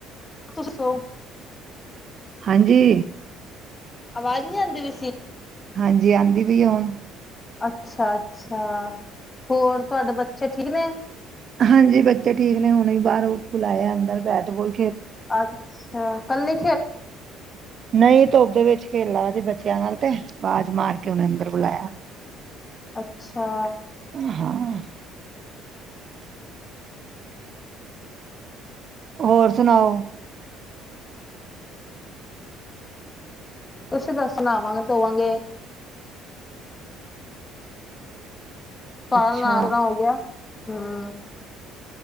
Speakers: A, on the left; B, on the right.
A: ਦੱਸੋ
B: ਹਾਂਜੀ
A: ਆਵਾਜ ਨਹੀਂ ਆਂਦੀ ਪਈ ਸੀ।
B: ਹਾਂਜੀ ਆਉਂਦੀ ਪਈ ਹੈ ਹੁਣ।
A: ਅੱਛਾ ਅੱਛਾ ਹੋਰ ਤੁਹਾਡੇ ਬੱਚੇ ਠੀਕ ਨੇ।
B: ਹਾਂਜੀ ਬੱਚੇ ਠੀਕ ਨੇਂ ਹੁਣੇ ਵੀ ਬਾਹਰੋਂ ਖੁਲਾਇਆ ਐ ਅੰਦਰ ਬੈਟਬੋਲ
A: ਅੱਛਾ ਕੱਲੇ ਈ
B: ਨਹੀਂ ਧੁੱਪ ਦੇ ਵਿੱਚ ਖੇਲਾ ਵੀ ਬੱਚਿਆਂ ਨਾਲ ਤੇ <unintelligible> ਤੇ ਮਾਰ ਕੇ ਉਹਨੂੰ ਅੰਦਰ ਬੁਲਾਇਆ।
A: ਅੱਛਾ
B: ਓ ਹਾਂ ਹੋਰ ਸੁਨਾਓ
A: ਓਸੀ ਤੇ ਅਸੀ ਨਹਾਵਾਂਗੇਂ ਧੋਵਾਂਗੇਂ। ਤਾਲ
B: ਅੱਛਾ
A: ਨਾਗਰਾ ਹੋ ਗਿਆ। ਹਮ